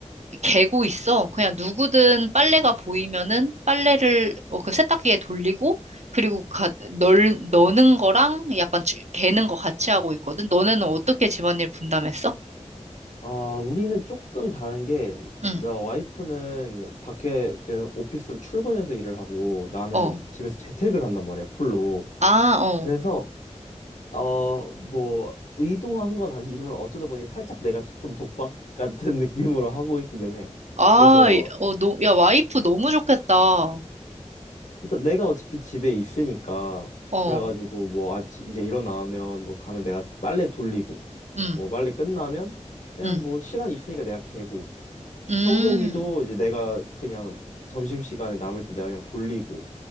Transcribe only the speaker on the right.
개고 있어. 그냥 누구든 빨래가 보이면은 빨래를 어, 그 세탁기에 돌리고 그리고 가, 널, 넣는 거랑 약간 주- 개는 거 같이 하고 있거든. 너네는 어떻게 집안일 분담했어?
응.
어.
아, 어.
아,
이- 어, 너, 야, 와이프 너무 좋겠다.
어.
응
응
음.